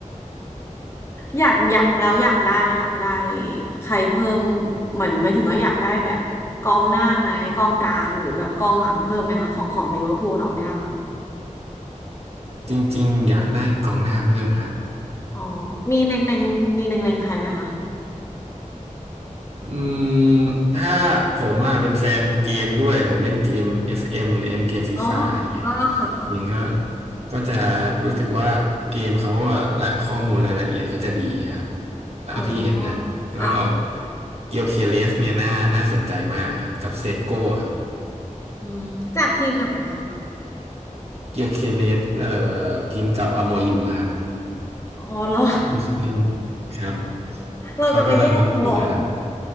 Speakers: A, on the left (about 20°); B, on the right (about 50°).
A: อยากอยากแล้วอยากได้อยากได้ใครเพิ่มเหมือนไม่ถึงว่าอยากได้แบบกองหน้าไหมกองกลางหรือแบบกองหลังเพิ่มไหมคะของของลิเวอร์พูลเราเนี่ยค่ะ
B: จริงๆอยากได้กองหน้าเพิ่มครับ
A: อ๋อมีเล็งๆมีเล็งๆใครไหมคะ
B: อืมถ้าผมอ่ะเป็นแฟนเกมด้วยผมเล่นเกม FM หรือเล่นเกมฟีฟ่าอะไรเงี้ย
A: อ๋ออ่าค่ะค่ะ
B: จริงก็ก็จะรู้สึกว่าเกมเขาอะและข้อมูลรายละเอียดเขาจะดีครับเท่าที่เห็นนะก็
A: อ๋ออ่ะ
B: เกียวเคเลสเนี่ยน่าน่าสนใจมากเลยครับกับเซตโก้ครับ
A: อืมจากทีมไหนนะคะ
B: เกียวเคเลสเอ่อทีมเก่าอโมริมอะครับ
A: อ๋อเหรอ
B: ลิสบอนครับ
A: <laughs> เราจะไปแย่งเขาเหรอ
B: เขากำลังฮอตอยู่นะครับ